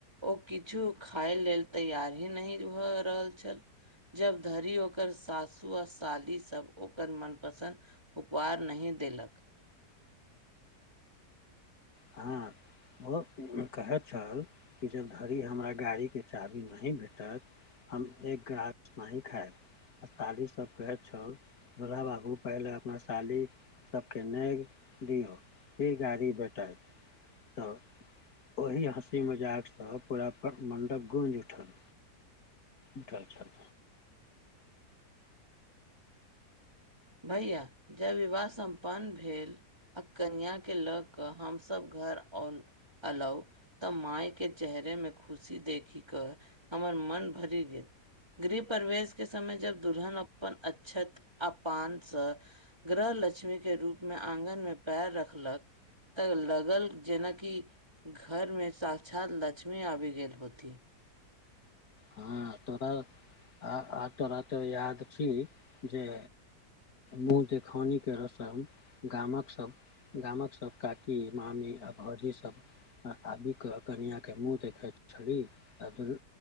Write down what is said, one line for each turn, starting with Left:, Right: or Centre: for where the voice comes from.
Right: ओ किछु खाय लेल तैयार ही नहि भऽ रहल छल। जब धरि ओकर सासु अस सालीसभ ओकर मनपसन्द उपहार नहि देलक।
Left: हँ। ओ कहै छल कि जब धरि हमरा गाड़ीके चाभी नहि भेटत हम एक ग्रास-नाहि खायब। आ साली सब कहैत छल- दुूल्हा बाबू पहिले अपना साली सबके नेग दियौ, फिर गाड़ी भेटत। तऽओही हँसी- मजाक सं पूरा मण्डप गूँइजि उठल। उठल छल।
Right: भैया, जब विवाह सम्पन्न भेल आ कनिया के लऽ कऽ हम सब घर आउल अयलहुं तऽ माय के चेहरे मे खुशी देखि कऽ हमर मन भरि गेल। गृह प्रवेश के समय जब दुल्हन अपन अच्छत आ पानसँ गृहलक्ष्मी के रूप मे आंगन मे पैर रखलक तऽ लागल जेनाकि घर मे साक्षात लक्ष्मी आबि गेल होथि।
Left: हँ तोरा आ तोरा तऽ याद छी जे मुँह देखौनी करहसँ हम गामक सभ, गामक सब काकी मामी आ भौजी सब, आबि कऽ कनिय के मुँह देखैत छली आ दु